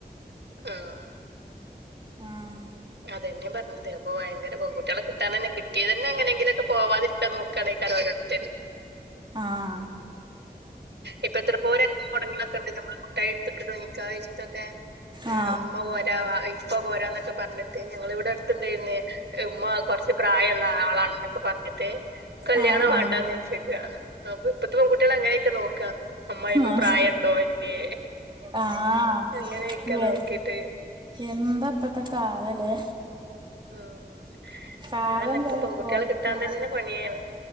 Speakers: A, on the right; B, on the right.
A: ആഹ്.
B: ആഹ്.
A: അതന്നെ പറഞ്ഞത്. അപ്പോ ഭയങ്കര പെൺകുട്ടിയെളെ കിട്ടാനന്നെ കിട്ടിയതന്നെ എങ്ങനെങ്കിലുംക്കെ പോവാതിരിക്കാ നോ ക്കാനേക്കാരം ഓരോര്ത്തര്
B: ആഹ്
A: ഇപ്പ എത്ര പോരങ്ങനെ മൊടങ്ങ്ണൊക്കെണ്ട് ഞമ്മള് മുട്ടായി കൊട്ത്തിട്ട്ട്ടും നിക്കാഹെയ്ച്ചിട്ടൊക്കെ. ഏഹ്
B: ആ
A: ഉമ്മ പോരാ വാ ഇപ്പ പോരാന്നൊക്കെ പറഞ്ഞിട്ട് ഞങ്ങളെവ്ടെ അട്ത്തണ്ടായിര്ന്നേ ഉമ്മ കൊറച്ച് പ്രായള്ള ആളാണ്ന്നൊക്കെ പറഞ്ഞിട്ട് കല്യാണം
B: ആ ആ
A: വാണ്ടാന്ന് വെ ച്ച്ക്കാ അപ്പൊ ഇപ്പത്തെ പെങ്കുട്ടിയേള് അങ്ങനെക്കെ നോക്കാ. അമ്മായമ്മ
B: ആ
A: പ്രായണ്ടോ ഇല്ലേ
B: ആഹ്
A: അങ്ങനെക്കെ നോക്കിട്ട്
B: എ എന്താ ഇപ്പത്തെ കാലല്ലേ?
A: ആഹ്
B: കാലം
A: അതാണ് ഇപ്പൊ
B: പോയ
A: പെങ്കുട്ടിയേളെ
B: പോക്ക്
A: കിട്ടാ തന്നെ പണിയാണ്.